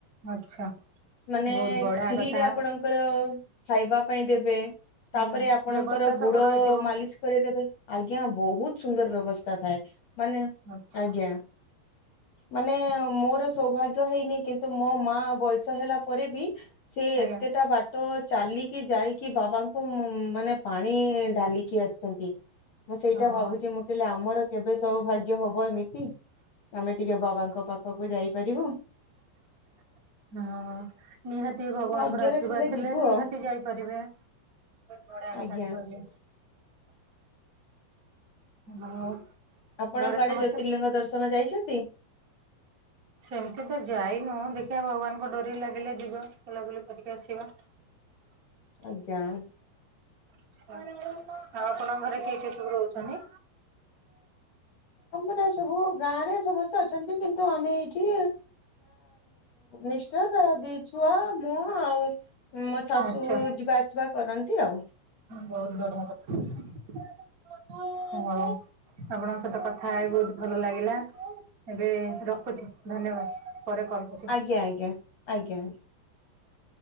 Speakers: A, on the right; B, on the left.
A: ଆଚ୍ଛା
B: ମାନେ
A: ବହୁତ ବଢିଆ
B: ଫ୍ରିରେ
A: କଥା।
B: ଆପଣଙ୍କ ଙ୍କର ଖାଇବା ପାଇଁ ଦେବେ। ତାପରେ
A: ହୁଁ
B: ଆପଣଙ୍କର
A: ବ୍ୟବସ୍ଥା ସବୁ
B: ଗୋଡ
A: ରହିଥିବ
B: ମାଲିସ କରିଦେବେ। ଆଜ୍ଞା ବହୁତ ସୁନ୍ଦର ବ୍ୟବସ୍ଥା ଥାଏ ମାନେ
A: ଆଚ୍ଛା।
B: ଆଜ୍ଞା। ମାନେ ମୋର ସୌଭାଗ୍ୟ ହେଇନି। କିନ୍ତୁ ମୋ ମା ବୟସ ସ ହେଲା ପରେ ବି ସେ
A: ଆଜ୍ଞା
B: ଏତେଟା ବାଟ ଚାଲିକି ଯାଇକି ବାବାଙ୍କ ଙ୍କୁ ମାନେ ପାଣି ଢାଲିକି ଆସିଛନ୍ତି। ମୁଁ ସେଇଟା
A: ହଁ।
B: ଭାବୁଚି ମୁଁ କଇଲି ଆମର କେବେ ସୌଭାଗ୍ୟ ହବ ଏମିତି। ଆମେ ଟିକେ ବାବାଙ୍କ ପାଖକୁ ଯାଇପାରିବୁ।
A: <inaudible> ହଁ ନିହାତି ଭଗବାନଙ୍କର
B: ଭାଗ୍ୟରେ
A: ଆଶୀର୍ବାଦ ଥିଲେ
B: ଯିବୁ
A: ନିହାତି
B: ଆଉ
A: ଯାଇପାରିବେ। ବଢିଆ କଥା
B: ଆଜ୍ଞା
A: ଟେ କଇଲେ ଆଉ।
B: ଆପଣ
A: ଘରେ
B: କୁଆଡେ
A: ସମସ୍ତେ
B: ଜ୍ୟୋତିର୍ଲିଙ୍ଗ ଦର୍ଶନ ଯାଇଛନ୍ତି?
A: ସେମିତି ତ ଯାଇନୁଁ, ଦେଖିବା ଭଗବାନଙ୍କ ଡୋରି ଲାଗିଲେ ଯିବା। ବୁଲାବୁଲି କରିକି ଆସିବା। <inaudible>
B: ଆଜ୍ଞା।
A: ଆଛା, ଆଉ ଆପଣଙ୍କ ଘରେ କିଏ କିଏ ସବୁ ରହୁଛନ୍ତି?
B: ଆମର ସବୁ ଗାଁରେ ସମସ୍ତେ ଅଛନ୍ତି। କିନ୍ତୁ ଆମେ ଏଇଠି ନିଷ୍ଠା ତା ଦି ଛୁଆ ମୁଁ ଆଉ ମୋ ଶାଶୁ
A: ଆଚ୍ଛା
B: ଯିବା ଆସିବା କରନ୍ତି ଆଉ।
A: ବହୁତ ବଢିଆ କଥା, ହଁ। ଆପଣଙ୍କ ସହିତ କଥା ହେଇ ବହୁତ ଭଲ ଲାଗିଲା। ଏବେ ରଖୁଚି। ଧନ୍ୟବାଦ, ପରେ କଲ୍ କ
B: ଆଜ୍ଞା, ଆଜ୍ଞା, ଆଜ୍ଞା।